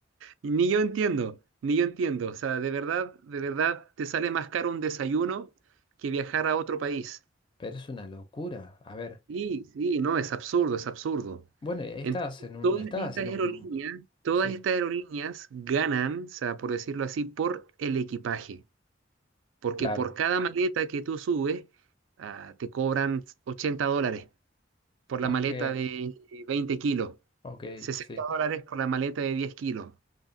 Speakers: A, on the right (about 80°); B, on the left (about 25°).
A: Y ni yo entiendo, ni yo entiendo. O sea, de verdad, de verdad, te sale más caro un desayuno que viajar a otro país.
B: Pero es una locura. A ver.
A: Sí, sí, no, es absurdo, es absurdo.
B: Bueno, y ahí estás
A: Entonces,
B: en un.
A: todas
B: No estás
A: estas
B: en
A: aerolíneas,
B: un.
A: todas
B: Sí.
A: estas aerolíneas ganan, o sea, por decirlo así, por el equipaje. Porque
B: Claro.
A: por cada maleta que tú subes, ah, te cobran 80 dólares. por la
B: Ok.
A: maleta de 20 kilos,
B: Ok,
A: sesenta
B: sí,
A: dólares por la maleta de 10 kilos.